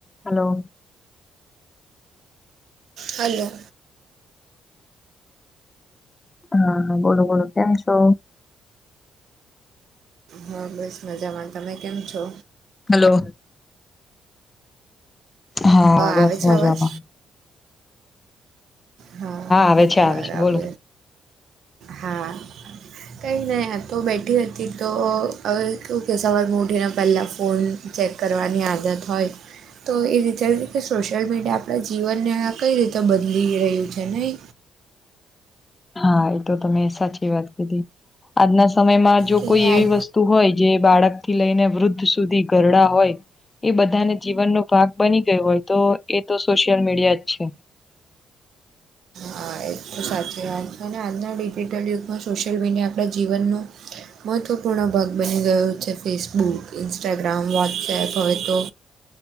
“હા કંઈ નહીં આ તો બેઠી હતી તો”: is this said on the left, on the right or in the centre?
Right